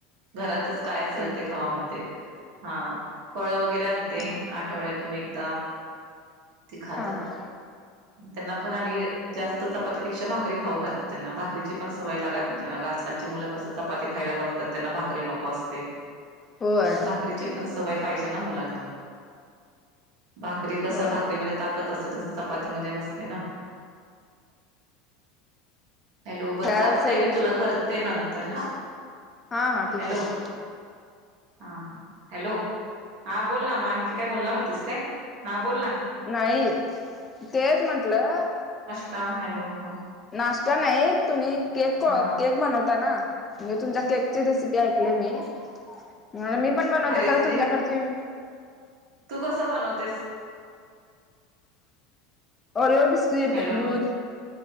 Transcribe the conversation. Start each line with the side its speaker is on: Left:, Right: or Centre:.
Right: घरातच काय असेल
Left: हा हा
Right: ते खावा म्हणते हा फळ वगैरे आणते
Left: हा
Right: आठवड्यातून एकदा ते खातात.
Left: हा हा हा
Right: त्यांना पण आणि जास्त चपातीपेक्षा भा करी खाऊ घालते. त्यांना भाकरीची पण सवय लागाय पाहिजे ना. आजकालची मुलं कस चपाती खायला बघतात, त्यांना भाकरी नको असते.
Left: होय
Right: पण भाकरीची पण सवय पाहिजे ना मुलांना. भाकरी कस
Left: होय
Right: भाक रीत कसं ताकत असते तस चपातीमध्ये नसते ना. हॅलो बरं
Left: काय
Right: चालतंय
Left: सगळ
Right: मी तुला करते नंत तर ह.
Left: हा हा ठीक
Right: हॅलो
Left: आहे
Right: हा हा हॅलो हा बोल ना मग आणखी काय बोलणार होतीस काय? हा बोल ना.
Left: नाही तेच म्हंटलं
Right: ष्टा हॅलो हां.
Left: नाश्ता नाही तुम्ही केक
Right: हा
Left: केक बनवता ना? म्हणजे तुमच्या केकची रेसिपी ऐकली मी. हा मी पण बनदवते
Right: अरे
Left: खरं तुमच्याकडचे
Right: ते तू कसं बनवतेस?
Left: ओरिओ बिस्कीट,
Right: हॅलो
Left: दूध